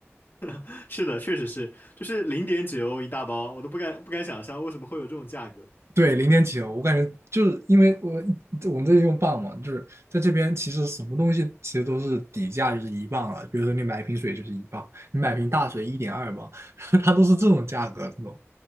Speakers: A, on the left; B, on the right.
A: <laughs> 是的，确实是，就是零点几欧一大包，我都不敢不敢想象为什么会有这种价格。
B: 对，零点九，我感觉就是因为我我们这里用磅嘛，就是在这边其实什么东西其实都是底价就是一磅了。比如说你买一瓶水就是一磅，你买瓶大水一点二磅，<laughs> 它都是这种价格这种。